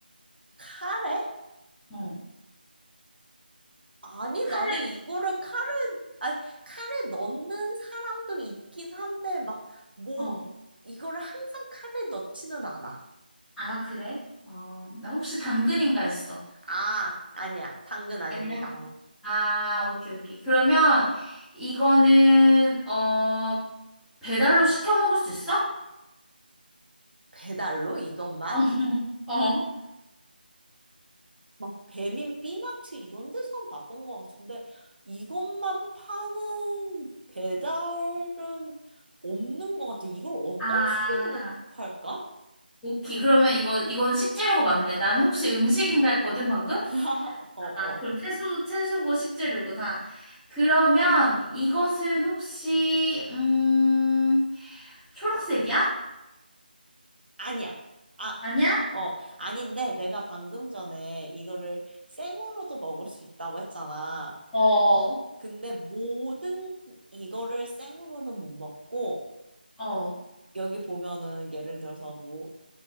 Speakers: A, on the right; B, in the centre.
A: 카레?
B: 어,
A: 아니,
B: 카레냐?
A: 나는 이거를 카레, 아니, 카레 넣는 사람도 있긴 한데, 막, 뭐,
B: 어.
A: 이거를 항상 카레 넣지는 않아.
B: 아, 그래? 어, 나 혹시 당근인가 했어.
A: 아, 아니야. 당근 아닙니다.
B: 아니야. 아, 오케이, 오케이. 그러면 이거는 어, 배달로 시켜 먹을 수 있어?
A: 배달로 이것만?
B: <laughs> 어.
A: 막 배민 B마트 이런 데서는 봤던 것 같은데 이것만 파는 배달은 없는 것 같아. 이걸 어떤
B: 아,
A: 식으로 팔까?
B: 오케이. 그러면 이거, 이건 식재료가 맞네. 난 혹시 음식인가 했거든, 방금?
A: <laughs> 어, 어.
B: 아, 그럼 채소, 채소고 식재료구나. 그러면 이것은 혹시, 음, 초록색이야?
A: 아니야. 아,
B: 아니야?
A: 어. 아닌데 내가 방금 전에 이거를 생으로도 먹을 수 있다고 했잖아.
B: 어, 어,
A: 근데 모든 이거를 생으로는 못 먹고
B: 어.
A: 여기 보면은 예를 들어서 뭐